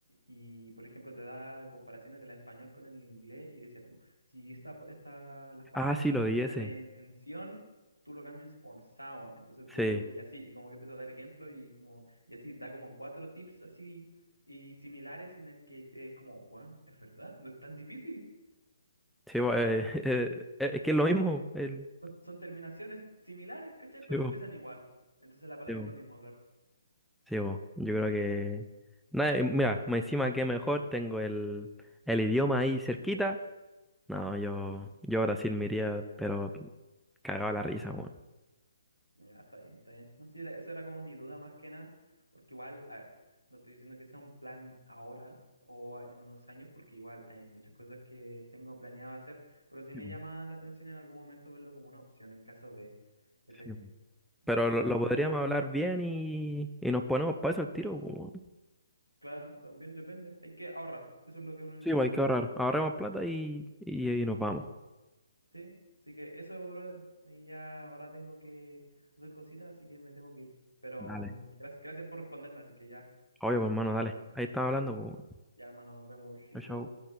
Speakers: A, on the right; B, in the centre.
A: Y, por ejemplo, te da comparaciones del español con el inglés y decía como, si esta, esta, las palabras
B: Ah, sí, lo
A: terminan
B: di ese.
A: en, en ción, tú lo cambias por sao. Entonces tú,
B: Sí,
A: y así, y como que empezó a dar ejemplo y como, y así, da como cuatro tips así y similares en el que es como, bueno, es verdad, no es tan difícil.
B: sí, bo- eh, <laughs> eh, es que es lo mismo. El,
A: son, son terminaciones similares, ¿cachai? Pero
B: sí, bo,
A: empiezan igual. Entonces la palabra
B: sí, bo.
A: es lo mismo hablar.
B: Sí, bo, yo creo que... nada, eh, mira, más encima que mejor tengo el, el idioma ahí cerquita. No, yo, yo a Brasil me iría, pero cagaba la risa, weón.
A: Ya, está bien, está bien. No sé, era, esa era como mi duda más que nada, porque igual, a ver, no estoy diciendo que sea un plan ahora o en unos años, porque igual hay muchas cosas que tengo planeado hacer, pero sí
B: Sí,
A: me
B: po,
A: llama la atención en algún momento verlo como una opción en caso de, ¿cachai?
B: sí, bo
A: De
B: Pero
A: repente
B: lo, lo
A: así como,
B: Mm. podríamos hablar bien y, y nos ponemos para eso al tiro. po. weón.
A: claro, también depende, hay que ahorrar, eso es lo que uno, lo
B: Sí,
A: único
B: bo hay que ahorrar.
A: que tengo que
B: Ahorremos
A: hacer.
B: plata y, y, y nos vamos.
A: Sí, así que eso, brother. Ahí ya ahora tengo que hacer cositas, así que me tengo que ir. Pero
B: Dale.
A: mm, gracias, gracias por responderme, así que ya,
B: Obvio, pues, hermano,
A: vale,
B: dale. Ahí estamos hablando. pues.
A: ya hermano, nos vemos, chido.
B: chao chau.